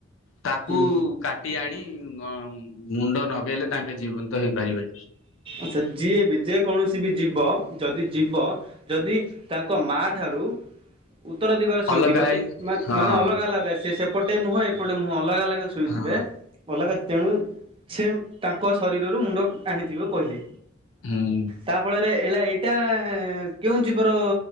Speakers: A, on the left; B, on the right.
A: ତାକୁ
B: ହୁଁ
A: କାଟି ଆଣି ଅ ମୁଣ୍ଡ ନଗେଇଲେ ତାଙ୍କେ ଜୀବନ୍ତ ହେଇପାରିବେ।
B: ଆଛା ଯିଏ ବି ଯେ କୌଣସି ବି ଯିବ ଯଦି ଯିବ। ଯଦି ତାଙ୍କ ମା ଠାରୁ। ଉତ୍ତର ଦିଗରେ ଶୋଇଥିବ
A: ଅଲଗା ହେଇ
B: କି ମା
A: ହଁ
B: ମାନେ ଅଲଗା ଅଲଗା ସେ ସେପଟେ ମୁହଁ ଏପଟେ ମୁହଁ ଅଲଗା ଅଲଗା ଗା ଶୋଇଥିବେ
A: ହଁ
B: ଅଲଗା ତେଣୁ ସେ ତାଙ୍କ ଶରୀରରୁ ମୁଣ୍ଡ। ଆଣିଥିବ କହିଲି।
A: ହୁଁ
B: ତା ଫଳରେ ହେଲା ଏଇଟା କେଉଁ ଜୀବର